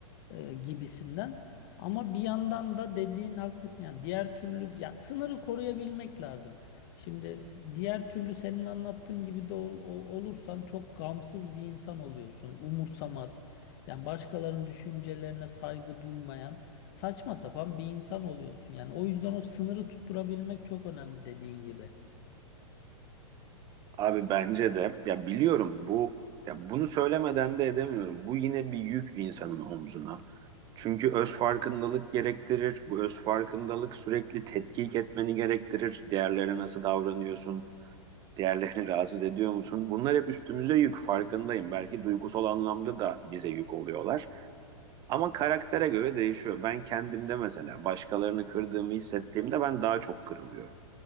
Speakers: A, on the left; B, on the right.
A: e, gibisinden. Ama bir yandan da dediğin haklısın ya diğer türlü ya sınırı koruyabilmek lazım. Şimdi diğer türlü senin anlattığın gibi de ol- ol- olursan çok gamsız bir insan oluyorsun. Umursamaz. Yani başkalarının düşüncelerine saygı duymayan saçma sapan bir insan oluyorsun. Yani o yüzden o sınırı tutturabilmek çok önemli dediğin gibi.
B: Abi bence de ya biliyorum bu ya bunu söylemeden de edemiyorum. Bu yine bir yük insanın omzuna. Çünkü öz farkındalık gerektirir. Bu öz farkındalık sürekli tetkik etmeni gerektirir. Diğerlerine nasıl davranıyorsun? Diğerlerini <laughs> rahatsız ediyor musun? Bunlar hep üstümüze yük farkındayım. Belki duygusal anlamda da bize yük oluyorlar. Ama karaktere göre değişiyor. Ben kendimde mesela başkalarını kırdığımı hissettiğimde ben daha çok kırılıyorum.